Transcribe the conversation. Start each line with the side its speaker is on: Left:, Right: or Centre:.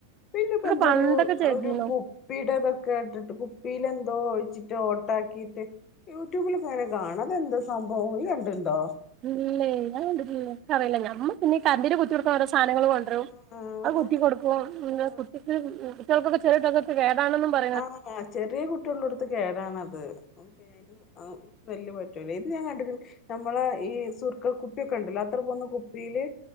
Left: പിന്നെപ്പെന്താെരു
Right: പണ്ടൊക്കെ ചെയ്തീന്നു
Left: അ ഒരു കു പ്പീല്തൊക്കെ ഇട്ട്ട്ട് കുപ്പിയിലെന്തോ ഒഴിച്ചിട്ട് ഓട്ടാക്കീട്ട് യൂടൂബിലൊക്കെങ്ങെനെ കാണാ അതെന്താ സംഭവം ഇയ്യണ്ട്ണ്ടോ
Right: ഇല്ലേ ഞാൻ കണ്ട്ട്ടില്ലല്ലോ ക്കറീല്ല ഞമ്മള് പിന്നീ കരണ്ടിന് കുത്ത് യൊട്ക്ക്ന്നോരോ സാനങ്ങള് കൊ ണ്ട്രും
Left: ആഹ്
Right: അത് കുത്തി കൊട്ക്കും പിന്നെ
Left: ആഹ്
Right: കുട്ടിക്ക് കുട്ട്യേൾക്കൊക്കെ ചെറ്യേ കുട്ട്യോൾക്കൊക്കെ കേടാണെന്നും പ
Left: ആഹ് ആഹ് ചെറ്യേ കുട്ട്യേൾള്ളോട്ത്ത് കേടാണത് ഉം പിന്നെ ത് അ വല്യ പറ്റൂലെ ഇത് ഞാൻ കണ്ടിട്ട് ഞമ്മള് ഈ സുർക്ക കുപ്പിയൊക്കെ ഇണ്ടല്ലോ അത്ര പോന്ന കുപ്പിയില്